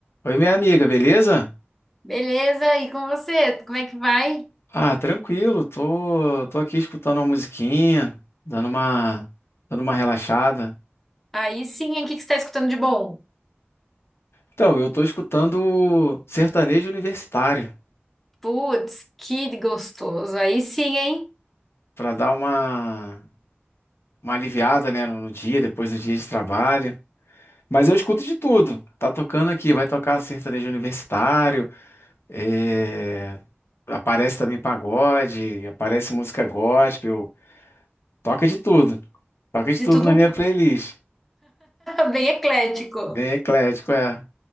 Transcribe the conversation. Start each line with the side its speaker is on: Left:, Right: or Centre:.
Left: Oi, minha amiga, beleza?
Centre: Beleza, e com você? Como é que vai?
Left: Ah, tranquilo, tô, tô aqui escutando uma musiquinha, dando uma, dando uma relaxada.
Centre: Aí sim, hein? O que que você está escutando de bom?
Left: Então, eu tô escutando sertanejo universitário,
Centre: Putz, que gostoso. Aí sim, hein?
Left: pra dar uma, uma aliviada, né, no, no dia, depois do dia de trabalho. Mas eu escuto de tudo, tá tocando aqui, vai tocar sertanejo universitário, é, aparece também pagode, aparece música gospel, toca de tudo, toca de
Centre: De
Left: tudo
Centre: tudo
Left: na minha playlist.
Centre: um <laughs> bem eclético.
Left: Bem eclético, é.